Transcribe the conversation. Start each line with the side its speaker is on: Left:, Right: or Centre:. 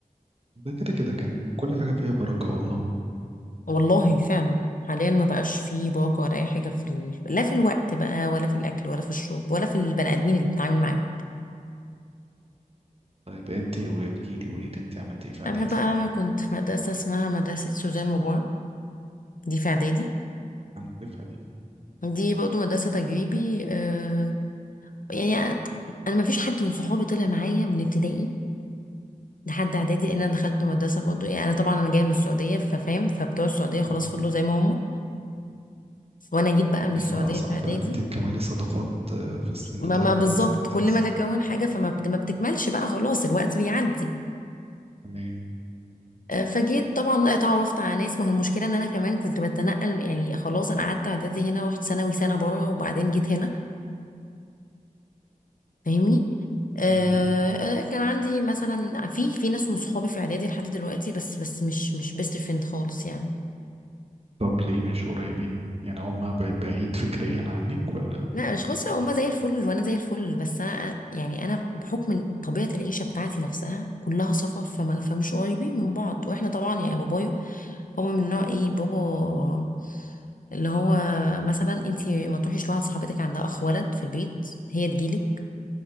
Right: ده كده كده كان كل حاجه فيها بركه والله
Left: والله فعلا حاليا ما بقاش فيه باقة ولا أي حاجة في ال... لا في الوقت بقى ولا في الأكل ولا في الشرب ولا في البني آدمين اللي بتتعامل معاهم
Right: طيب انت واحكي لي قولي لي انت عملت ايه في عاداتي
Left: أنا بقى كنت في مدرسة اسمها مدرسة سوزان مبارك دي في إعدادي
Right: هنعرفها دي
Left: دي برضه مدرسة تجريبي آه يعني انا ما فيش حد من صحابي طلع معايا من ابتدائي لحد اعدادي لان انا دخلت مدرسة برضه يعني انا طبعا انا جاية من السعودية ففاهم فبتوع السعودية خلاص
Right: مم.
Left: فضلوا زي ما هم وانا جيت بقى
Right: بيبقى
Left: من السعودية
Right: اصعب
Left: في اعدادي
Right: بقى ان انت تكوني صداقات آه، في السن
Left: ما,
Right: ده
Left: ما بالظبط
Right: على اساس ان انت
Left: كل
Right: لسه
Left: ما اجي اكون حاجة فما بت ما بتكملش بقى خلاص الوقت بيعدي
Right: تمام
Left: آه، فجيت طبعا لا اتعرفت على ناس ما هو المشكله ان انا كمان كنت بتنقل يعني خلاص انا قعدت اعدادي هنا رحت ثانوي سنه بره وبعدين جيت هنا فاهمني آه،
Right: اه
Left: انا كان عندي مثلا في في ناس من صحابي في اعدادي لحد دلوقتي بس بس مش مش بيست فريند خالص يعني
Right: طب ليه مش قريبين يعني هما بع- بعيد فكريا عنك ولا
Left: لا مش خالص هما زي الفل وانا زي الفل بس انا يعني انا بحكم طبيعه العيشه بتاعتي نفسها كلها سفر فما فمش قريبين من بعض واحنا طبعا يعني بابايا بابا من نوع ايه بابا اللي هو مثلا انتي ما تروحيش لواحد صاحبتك عندها اخ ولد في البيت هي تجيلك